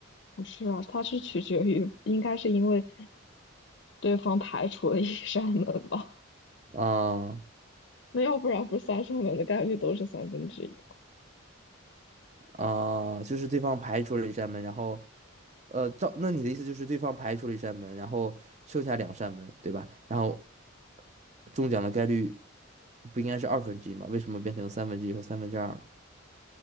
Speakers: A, on the left (about 55°); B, on the right (about 35°).
A: 不是啊？它是取决于，应该是因为对方排除了一 <laughs> 扇门吧？
B: 啊？啊
A: <laughs> 那要不然不是三扇门的概率都是三分之一吗？
B: 啊，就是对方排除了一扇门，然后呃，照，那你的意思就是对方排除了一扇门，然后剩下两扇门，对吧？然后中奖的概率不应该是二分之一吗？为什么变成三分之一和三分之二了？